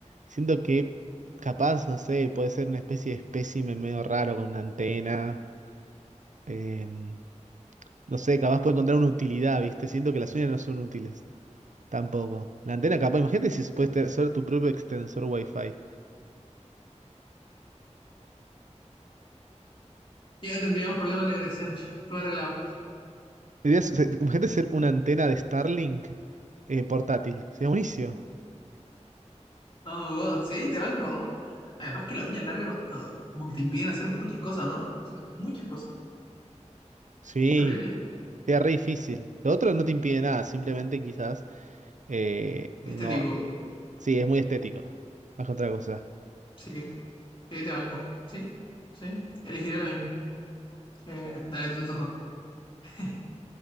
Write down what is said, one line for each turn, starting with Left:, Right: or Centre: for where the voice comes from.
Right: siento que capaz, no sé, puede ser una especie de espécimen medio raro con una antena. Em, no sé, capaz puede encontrar una utilidad, ¿viste? Siento que las uñas no son útiles tampoco. La antena capaz, imagínate si puedes ter- ser tu propio extensor Wi-Fi.
Left: Ya no tendríamos problemas de conexión. <laughs> Todo arreglado.
Right: Serías- se- Imagínate ser una antena de Starlink eh, portátil. Sería buenísimo.
Left: No, God, sí, te banco. Además que la uña larga no- no, como que te impiden hacer muchas cosas, ¿no? O sea, muchas cosas.
Right: Sí,
Left: Terrible.
Right: sería re difícil. Lo otro no te impide nada, simplemente quizás... Eh, no,
Left: Este digo,
Right: Sí, es muy estético. Más que otra cosa.
Left: sí, sí, te banco. Sí, sí, elegiré la misma. Eh, dale tu turno. <laughs>